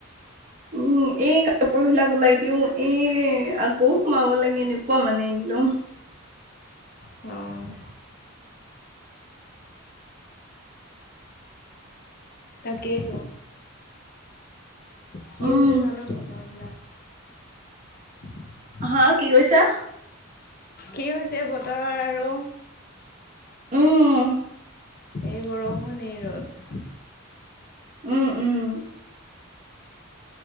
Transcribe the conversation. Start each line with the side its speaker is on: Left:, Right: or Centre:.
Right: উম এই কাপোৰ বিলাক ওলাই দিও এই আকৌও সোমাব লাগে এনে কোৱা মানে একদম
Left: অঁ তাকেইতো কি
Right: উম
Left: হৈছে জানো বতৰ বিলাক <unintelligible>
Right: হা কি কৈছা
Left: কি হৈছে বতৰৰ আৰু
Right: উম
Left: এই বৰষুণ এই ৰ'দ
Right: উম উম